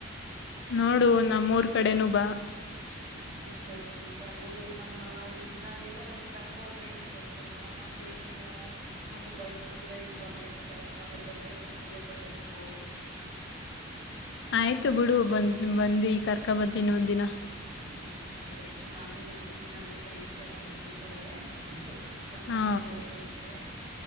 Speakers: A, on the left (about 65°); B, on the right (about 50°).
A: ನೋಡು ನಮ್ಮೂರ್ ಕಡೆನು ಬಾ
B: ಹ ಬರ್ತಾಗೋ ಎಲ್ಲಮ್ಮ ಹುಡ್ಗನ ಎಲ್ಲೋ ಬಂದ್ ಕರ್ಕೋದು ಏನೋ ಬರಬಹುದು ನಮ್ಮ ಏನು ಒಂದು ಬೈಕ್ ಕೂಡ ಇಲ್ವಲ್ಲ ಇನ್ ಬರಾಲ ಬಂದ್ರೆ ಬಸ್ ಸಲೆ ಬರಬೇಕು
A: ಆಯ್ತು ಬಿಡು ಬಂದ್ ಬಂದಿ ಕರ್ಕ ಬರ್ತಿನ ಒಂದ ದಿನ
B: ಹ್ಞೂ ಸರಿ ಆಯಿತು ನಾನು ಹೇಳ್ತೀನಿ ನನ್ನದು ಪರೀಕ್ಷೆಯನ್ನು ಮುಗಿದ್ಮೇಲೆ ಬಂದು
A: ಹಾ
B: ಕರ್ಕೊಂಡು ಹೋಗುವಂತೆ